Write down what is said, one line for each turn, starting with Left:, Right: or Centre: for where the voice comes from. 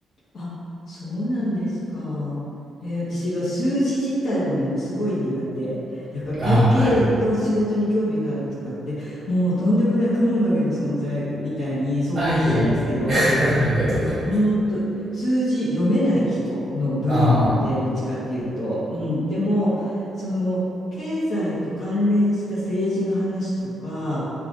Left: あ、そうなんですか。えー私は数字自体はものすごい苦手。だから会計の仕事に興味があるとかって、
Right: ああ、はい。
Left: もうとんでもない雲の上の存在みたいに尊敬しちゃいますけど、
Right: あ、いえいえ。<laughs> ありがとうございます。
Left: いや、ほんと、数字読めない人の部類なので、
Right: あ
Left: どっちかっていうと。うん。でも、その、経済と関連した政治の話とか、